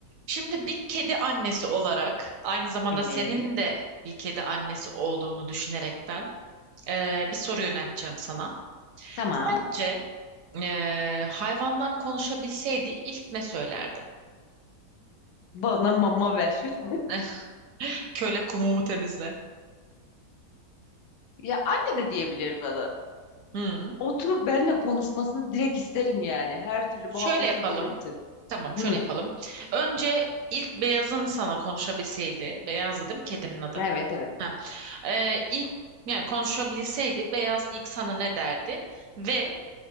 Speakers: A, on the right (about 70°); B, on the left (about 85°).
A: Şimdi bir kedi annesi olarak aynı zamanda
B: Evet.
A: senin de bir kedi annesi olduğunu düşünerekten eee, bir soru yönelteceğim sana.
B: Tamam.
A: Sence eee, hayvanlar konuşabilseydi ilk ne söylerdi?
B: Bana mama ver. <laughs>
A: <laughs> Eh, Köle kumumu temizle.
B: Ya anne de diyebilir bana.
A: Hmm.
B: Oturup benimle konuşmasını direkt isterim yani. Her türlü
A: Şöyle
B: muhabbet
A: yapalım.
B: sohbet edeceğiz.
A: Tamam,
B: Hı,
A: şöyle yapalım. Önce ilk beyazın sana konuşabilseydi, beyazdı değil kedinin adı?
B: evet evet.
A: Ha. Ee, ilk yani konuşabilseydi beyaz ilk sana ne derdi? Ve